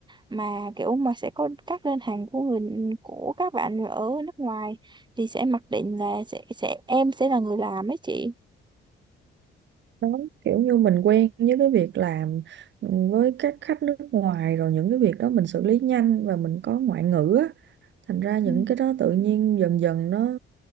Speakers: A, on the right; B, on the right.
A: mà kiểu mà sẽ có các đơn hàng của người của các bạn ở nước ngoài thì sẽ mặc định là sẽ sẽ em sẽ là người làm ấy chị
B: đó kiểu như mình quen với cái việc làm với các khách nước ngoài rồi những cái việc đó mình xử lý nhanh và mình có ngoại ngữ á thành ra những
A: Ừ.
B: cái đó tự nhiên dần dần nó